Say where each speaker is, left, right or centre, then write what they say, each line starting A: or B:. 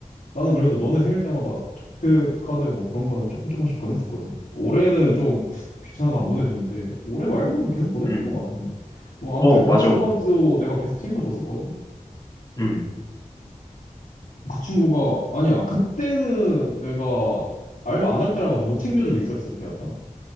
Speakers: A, on the left; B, on the left.
A: 나는 그래도 너네 생일 때마다 기프트 카드 뭐 그런 거는 조금 조금씩 보냈었거든. 올해는 좀 귀찮아서 안 보내줬는데, 올해 말고는 계속 보내줬던
B: 응,
A: 것 같은데. 뭐, 아무튼
B: 어,
A: 그
B: 맞아.
A: 친구도 내가 계속 챙겨줬었거든.
B: 응,
A: 그 친구가, 아니야, 그때는 내가 알바 안 할 때라 가지고 못 챙겨주고 있었을 때였다.